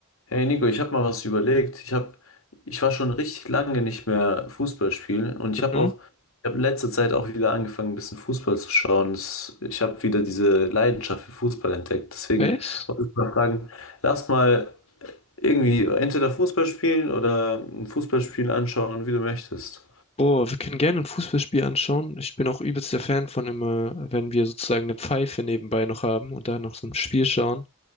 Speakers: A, on the left; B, on the left.
A: Hey Nico, ich habe mal was überlegt. Ich hab, ich war schon richtig lange nicht mehr Fußball spielen und ich habe
B: Hm?
A: auch, ich habe in letzter Zeit auch wieder angefangen, ein bisschen Fußball zu schauen. Das, ich habe wieder diese Leidenschaft für Fußball entdeckt. Deswegen
B: Echt?
A: wollte ich mal fragen, lass mal irgendwie entweder Fußball spielen oder ein Fußballspiel anschauen, wie du möchtest.
B: Boah, wir können gerne ein Fußballspiel anschauen. Ich bin auch übelst der Fan von immer, wenn wir sozusagen eine Pfeife nebenbei noch haben und da noch so ein Spiel schauen.